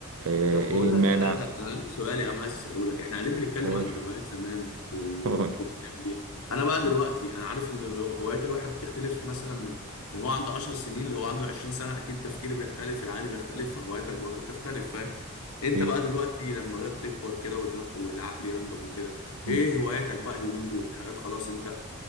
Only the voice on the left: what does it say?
طب
بقول
لك يا ادهم انا عندي سؤال يا عم عايز اساله لك احنا قاعدين بنتكلم
عن الهوايات زمان وكنت
بتعمل ايه انا بقى
دلوقتي انا عارف ان هو- هوايات الواحد بتختلف مثلا من من هو عنده 10 سنين اللي هو عنده 20 سنه اكيد تفكيري بيختلف العقل بيختلف فهواياتك برضو بتختلف فاهم انت
بقى دلوقتي لما بدات تكبر كده ودماغ- والعقل ينضج وكده
ايه هواياتك بقى اليومين دول حاجات خلاص انت